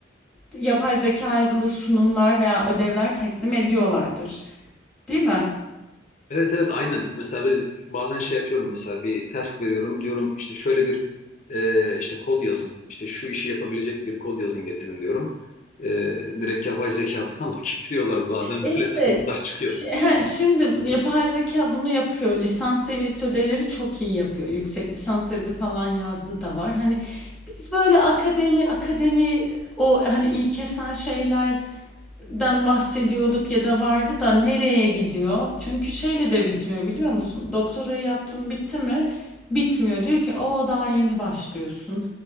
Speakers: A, in the centre; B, on the left (about 40°).
A: yapay zekalı sunumlar veya ödevler teslim ediyorlardır. Değil mi?
B: Evet evet aynen. Mesela biz bazen şey yapıyorum mesela bir task veriyorum. Diyorum işte şöyle bir e, işte kod yazın. İşte şu işi yapabilecek bir kod yazın getirin diyorum. E, direkt yapay zekadan <laughs> alıp getiriyorlar. Bazen
A: E
B: böyle
A: İşte
B: sıkıntılar çıkıyor.
A: Şi- he, Şimdi yapay zeka bunu yapıyor. Lisans seviyesi ödevleri çok iyi yapıyor. Yüksek lisans tezi falan yazdığı da var. Hani biz böyle akademi akademi o hani ilkesel şeyler den bahsediyorduk ya da vardı da nereye gidiyor? Çünkü şeyle de bitmiyor biliyor musun? Doktorayı yaptın bitti mi? Bitmiyor. Diyor ki o daha yeni başlıyorsun.